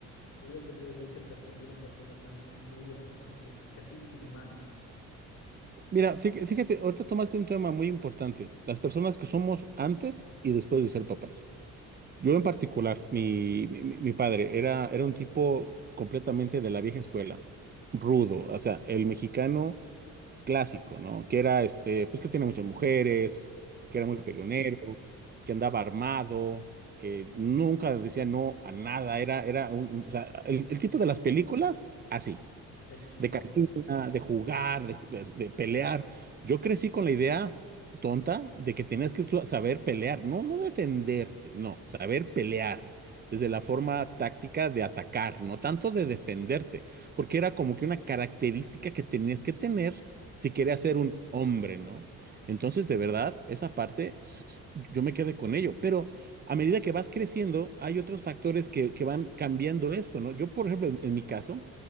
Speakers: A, on the left; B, on the right.
A: no hubiera tenido yo ese perfil de una persona tan dura, ¿no? Casi, casi inhumana.
B: Mira, fí- fíjate, ahorita tomaste un tema muy importante, las personas que somos antes y después de ser papás. Yo en particular, mi, mi, mi- padre era, era un tipo completamente de la vieja escuela, rudo, o sea, el mexicano clásico, ¿no? Que era, este, pues que tenía muchas mujeres, que era muy peleonero, que andaba armado, que nunca decía no a nada, era, era un, un- o sea, el, el tipo de las películas, así.
A: El chingón.
B: de cantina, de jugar, de, de- de pelear. Yo crecí con la idea tonta de que tenías que tú saber pelear, no, no defenderte, no, saber pelear. desde la forma táctica de atacar, no tanto de defenderte, porque era como que una característica que tenías que tener si querías ser un hombre, ¿no? Entonces, de verdad, esa parte, s- s- yo me quedé con ello, pero a medida que vas creciendo, hay otros factores que, que van cambiando esto, ¿no? Yo, por ejemplo, en, en mi caso,